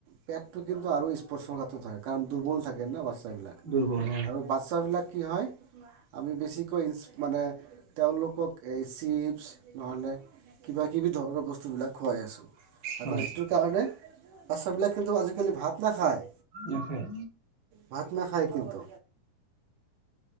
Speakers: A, on the right; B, on the right.
A: পেটটো কিন্তু আৰু স্পৰ্শৰ <unintelligible> থাকে কাৰণ দুৰ্বল থাকে না বা <unintelligible>
B: দুৰ্বল হয়
A: আৰু বাচ্ছাাবিলাক কি হয়, আমি বেছি মানে তেওঁলোকক এই চিপ্ছ নহ'লে কিবা কিবি ধৰণৰ বস্তুবিলাক খুৱাই আছোঁ। আৰু
B: হয়
A: এটো কাৰণে বাচ্ছাবিলাক কিন্তু আজিকালি ভাত নাখায়।
B: নাখাই।
A: ভাত নাখায় কিন্তু